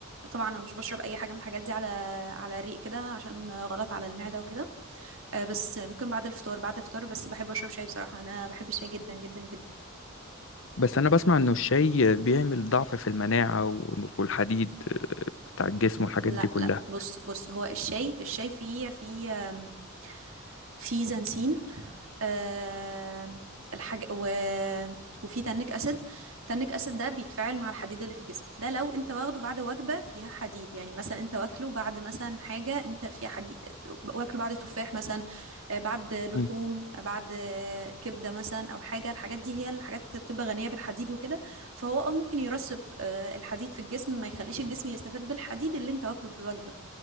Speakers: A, on the right; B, on the left.
A: طبعا انا مش بشرب اي حاجة من الحاجات دي على على ريق كده عشان غلط على المعدة وكده آه، بس ممكن بعد الفطار بعد الفطار بس بحب اشرب شاي بصراحة انا بحب الشاي جدا جدا جدا
B: بس انا بسمع انه الشاي بيعمل ضعف في المناعة وفي الحديد آه، بتاع الجسم والحاجات
A: لا
B: دي كلها
A: لا بص بص هو الشاي الشاي فيه فيه آم، في زنسين آه الحاج و... وفي تانيك اسيد تانيك اسيد ده بيتفاعل مع الحديد اللي في الجسم ده لو انت واخده بعد وجبه فيها حديد يعني مثلا انت واكله بعد مثلا حاجه انت فيها حديد واكله بعد تفاح مثلا آه، بعد لحوم
B: مم.
A: آه، بعد آه، كبده مثلا او حاجه الحاجات دي هي الحاجات بتبقى غنيه بالحديد وكده فهو اه ممكن يرسب آه، الحديد في الجسم ما يخليش الجسم يستفاد بالحديد اللي انت واكله في الوجبه